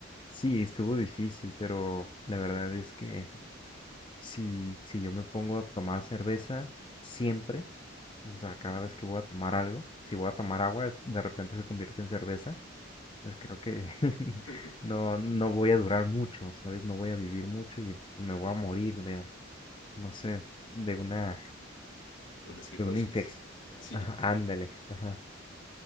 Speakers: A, on the left; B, on the left.
A: sí, estuvo difícil, pero la verdad es que si, si yo me pongo a tomar cerveza siempre, O sea, cada vez que voy a tomar algo, si voy a tomar agua, es- de repente se convierte en cerveza, pues creo que <laughs>
B: <laughs>
A: no, no voy a durar mucho, ¿sabes? No voy a vivir mucho y me voy a morir de, no sé, de una,
B: De una cirrosis.
A: de una infección.
B: Sí,
A: Ajá, ándale, ajá.